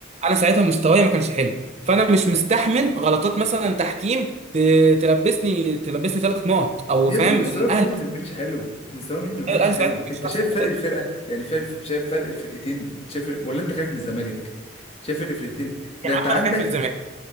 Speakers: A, on the right; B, on the left.
A: انا ساعتها مستواي ما كانش حلو فانا مش مستحمل غلطات مثلا تحكيم ت- تلبسني تلبسني ثلاث نقط او
B: يا
A: فاهم
B: ابني مستواك
A: الاهلي
B: مين اللي ما كانش حلو مستوى مين اللي ما كانش
A: الاهلي
B: حلو
A: ساعتها ما كانش
B: انت
A: احسن
B: شايف فرق
A: حاجة.
B: الفرقه يعني شايف شايف فرق الفرقتين شايف ولا انت خايف من الزمالك شايف فرق الفرقتين ده
A: يا عم
B: انت عندك
A: انا خايف من الزمالك